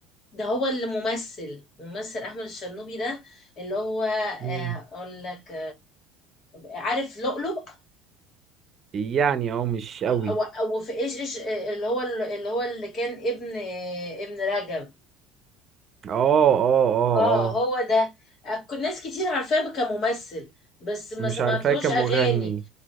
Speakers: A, on the left (about 45°); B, on the right (about 40°).
A: ده هو اللي ممثل ممثل احمد الشرنوبي ده اللي هو آه،
B: مم.
A: اقول لك عارف لؤلؤ
B: يعني اه مش قوي
A: او او في ايش ايش اللي هو اللي هو اللي كان ابن ابن رجب
B: اه اه اه
A: اه
B: اه
A: هو ده كل ناس كتير عارفاه كممثل بس ما
B: مش
A: سمعتلوش
B: عارفاه كمغني
A: اغاني